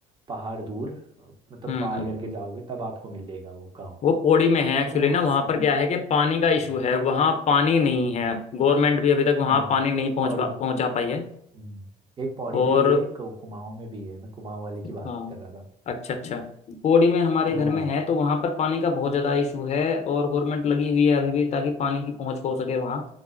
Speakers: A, on the right; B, on the left.
A: पहाड़ दूर मतलब
B: हम्म
A: पार
B: हम्म
A: करके
B: हम्म।
A: जाओगे तब आपको मिलेगा वो गांव
B: वो पौड़ी में है एक्चुअली
A: तो वहां
B: ना वहां
A: से
B: पर क्या है कि पानी का
A: हम्म,
B: इशू है वहां पानी नहीं है गवर्नमेंट भी अभी तक वहां
A: हम्म,
B: पानी नहीं
A: एक
B: पहुंच
A: पौड़ी
B: पा- पहुंचा पाई है
A: हम्म, एक पौड़ी
B: और
A: पे भी है एक कुमाऊं में भी है मैं कुमाऊं वाले की बात
B: हाँ
A: कर रहा था
B: अच्छा अच्छा पौड़ी में हमारे
A: हाँ
B: घर में है तो वहां पर पानी का बहुत ज्यादा इशू है और गवर्नमेंट लगी हुई है अभी भी ताकि पानी की पहुंच हो सके वहां